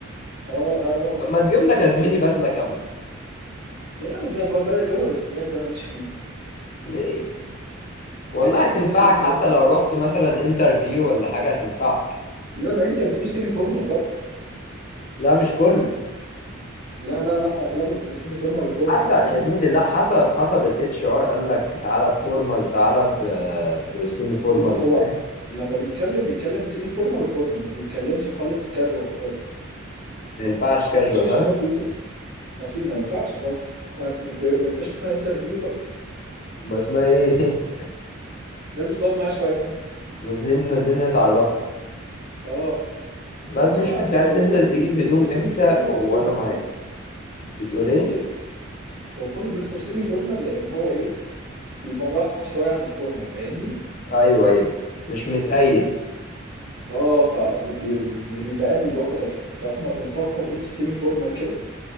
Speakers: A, on the right; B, on the left.
A: اه اه
B: طب ما تجيب لك يا
A: فاهمني
B: زميلي بدلة كاملة
A: لا جو- بقى جو الرسميات ده ماليش فيه
B: ليه والله
A: انا عايز حاجه
B: هتنفعك
A: كده سيمي فورمال
B: حتى لو رحت مثلا انترفيو ولا حاجة هتنفعك
A: لا ما انت بتقول سيمي فورمال برضه
B: لا مش كله
A: لا لا لا اغلبها بيبقى سيمي فورمال وفورمال
B: حسب
A: فاهمني
B: يا زميلي لا حسب حسب الاتش ار قال لك تعالى بفورمال تعالى ب- بسيمي فورمال
A: لا هو
B: فاهم
A: لما بيتكلم بيتكلم سيمي فورمال وفورمال ما بيتكلمش خالص كاجوال خالص
B: ما ينفعش كاجوال
A: مفيش اتش
B: ها
A: ار بيطلب ما في ما ينفعش خالص ما انت ما بي- ما يبقاش اسمها انترفيو بقى
B: ما اسمها ايه <laughs>
A: نازل تقعد معاه شويه <laughs>
B: نازلين نازلين نتعرفوا
A: اه
B: لازم
A: انما
B: نشوف انت
A: لا
B: عايز
A: هو
B: تنزل
A: كله بي-
B: تجيب
A: بيطلب
B: هدوم
A: سيمي
B: امتى
A: فورمال
B: وانا
A: وفورمال
B: معاك
A: فاهمني
B: بتقول ايه
A: ايه هو كله بيطلب سيمي فورمال لان هو ايه بيبقى مرحرح شويه عن الفورمال فاهمني
B: ايوه ايوه مش متقيد
A: اه فاللي بيبقى قاعد بيبقى واخد راحته فاحنا بنفكر ايه في السيمي فورمال كده